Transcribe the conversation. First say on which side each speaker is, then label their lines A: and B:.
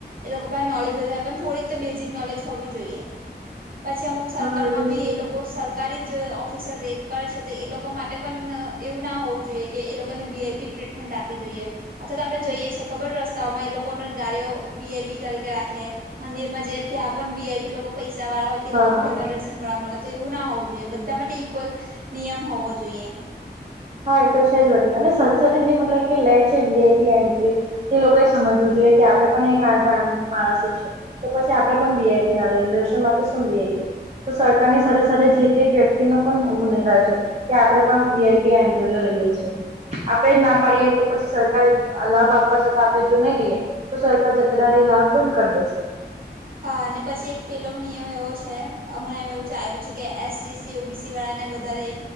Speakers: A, on the right; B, on the right.
A: એ લોકો પાસે નોલેજ વધારે પણ થોડીક તો બેઝિક નોલેજ હોવી જોઈએ પછી અમુક સરકારમાં
B: હા તો
A: બી
B: છે
A: એ લોકો સર સરકારી જ ઓફિસર રેપ કરે છે તો એ લોકો માટે પણ એવું ના હોવું જોઈએ કે એ લોકોને વીઆઈપી ટ્રીટમેન્ટ આપવી જોઈએ. અથવા તો આપણે જઈએ છીએ ખબર રસ્તાઓમાં એ લોકોને ગાડીઓ વીઆઈપી તરીકે રાખે. મંદિર માં જયે ત્યાં પણ વીઆઈપી લોકો પૈસા વાળા હોય તો એ
B: હા
A: લોકો ને
B: હા
A: વહેલા દર્શન કરવા મળે તો એવું ના હોવું જોઈએ બધા માટે ઈક્વલ નિયમ હોવો જોઈએ.
B: હા એ તો છે જ વધી અને સાથે સાથે જે મતલબ કે લે છે વીઆઈપી એન્ટ્રી તે લોકો એ સમજવું જોઈએ કે આપણે પણ એ માણસ જ છે તો પછી આપણે પણ વીઆઈપી ના લય <unintelligible> માટે શું વીઆઈપી? તો સરકારની સાથે સાથે જે તે વ્યક્તિ નો પણ ગુનેગાર છે કે આપણે પણ વીઆઇપી <unintelligible> લઈ ગઈ છીએ આપડે જ ના પાડીએ તો પછી સરકાર લાભ આપવા છતા આપડે જો ના રહયે. તો સરકાર જતેદાર લાભ બંધ કરી દેશે.
A: હા અને પછી એક પેલો નિયમ એવો છે હમણાં એમ એવું ચાયલું છે કે એસટીસી ઓબીસી વાળાને વધારે